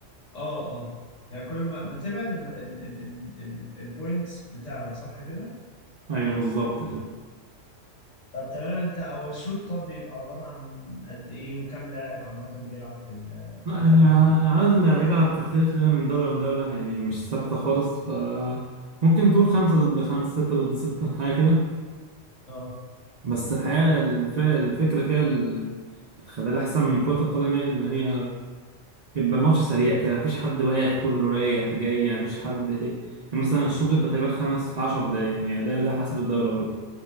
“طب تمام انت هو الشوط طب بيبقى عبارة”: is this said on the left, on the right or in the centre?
Left